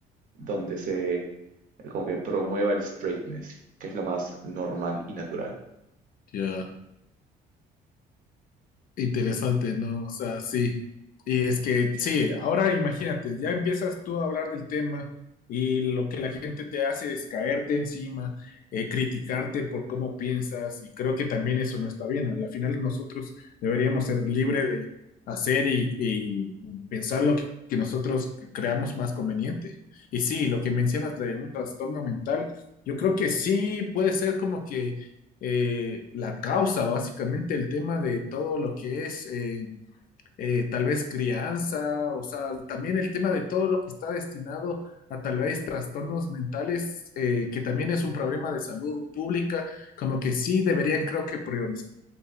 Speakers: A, on the right; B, on the left.
A: donde se como que promueva el straightness, que es lo más normal y natural?
B: ya. Interesante, ¿no? O sea, sí. Y es que, sí, ahora imagínate, ya empiezas tú a hablar del tema y lo que la gente te hace es caerte encima, eh, criticarte por cómo piensas y creo que también eso no está bien. ¿no? Al final nosotros deberíamos ser libres de hacer y, y pensar lo que que nosotros creamos más conveniente. Y sí, lo que mencionas de un trastorno mental, yo creo que sí puede ser como que eh, la causa, básicamente el tema de todo lo que es eh, eh, tal vez crianza, o sea, también el tema de todo lo que está destinado a tal vez trastornos mentales, eh, que también es un problema de salud pública, como que sí deberían creo que priorizar